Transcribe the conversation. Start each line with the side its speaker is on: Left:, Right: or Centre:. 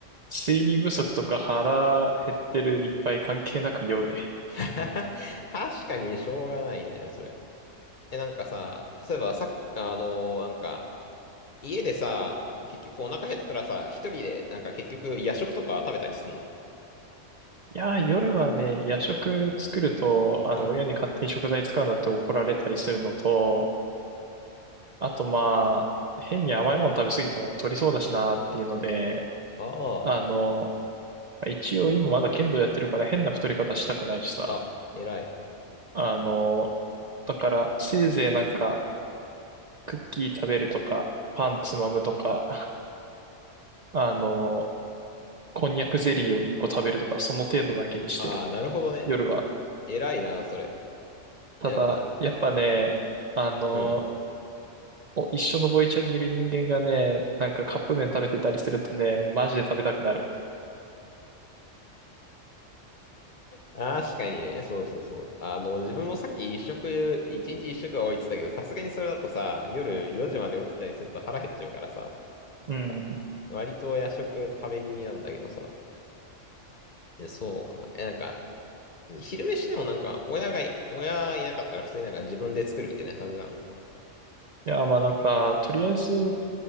Right: 睡眠不足とか腹減ってるいっぱい関係なく酔うね。
Left: <laughs> 確かにしょうがないね、それ。え、なんかさ、そういえばさっき、あのーなんか、家でさ、結局お腹減ったらさ、一人で、なんか結局夜食とか食べたりすんの
Right: いやー、夜はね、夜食作ると、あの、
Left: うん。
Right: 親に勝手に食材使うなって怒られたりするのと、あとまあ、変に甘いもの食べ過ぎても太りそうだしなっていうので、
Left: あ
Right: あの、一応今まだ剣道やってるから変な太り方したくないしさ。
Left: あ、あ、偉い。
Right: あの、だからせいぜいなんかクッキー食べるとか、パンつまむとか、あの、こんにゃくゼリーを1個食べるとか、その程度だけにしてる。
Left: ああ、なるほどね。
Right: 夜は。
Left: 偉いな、それ。
Right: ただ、
Left: え、なんか、
Right: やっぱね、あの、
Left: うん。
Right: お一緒のボイチャにいる人間がね、なんかカップ麺食べてたりするとね、マジで食べたくなる。
Left: 確かにね、そうそうそう。あの、自分もさっき一食、一日一食は多いって言ったけど、さすがにそれだとさ、夜4時まで起きたりすると腹減っちゃうからさ、
Right: うん。
Left: なんか、
Right: い
Left: 割と夜食食べ気味なんだけどさ、え、そうか。え、なんか、昼飯でもなんか、親がい、親いなかったら普通になんか自分で作るみたいな感じなの。
Right: や、まあなんか、とりあえず、